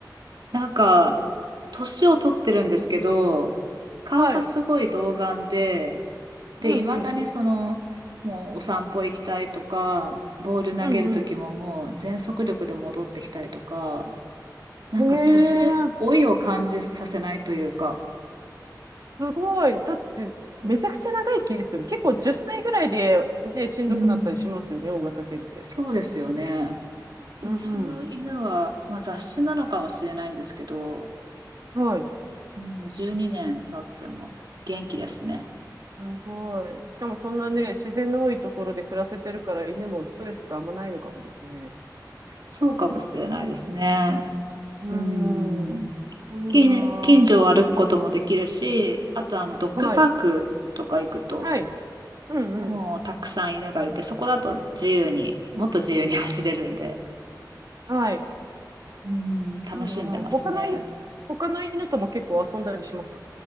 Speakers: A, on the right; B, on the right.
A: なんか、年を取ってるんですけど、顔がすごい童顔で、
B: はい。
A: で、
B: うんうん。
A: 未だにその、もうお散歩行きたいとか、ボール投げる時ももう全速力で戻ってきたりとか、
B: うんう
A: なんか年老いを感じさせないというか、
B: ん。へえ、すごい。だって、めちゃくちゃ長生きですよね。結構10歳ぐらいで、ね、しんどくなったりしますよね、
A: うん
B: 大型犬って。
A: そうですよね。うちの犬は、
B: うん
A: まあ、雑種なのかもしれないんですけど、
B: うん。はい。
A: うん、12年経っても元気ですね。
B: すごい。しかもそんなね、自然の多いところで暮らせてるから、犬もストレスがあんまないのかもですね。
A: そうかもしれないですね。
B: うーん。
A: うん。
B: いいな
A: 近、近所を歩くこともできるし、あとあの、ドッグパークとか行くと、
B: ぁ。はい。はい。うんうん。
A: もうたくさん犬がいて、そこだと自由に、もっと自由に走れるんで、
B: はい。
A: うん、楽しんでますね。
B: いいなぁ。他の犬、他の犬とも結構遊んだりします。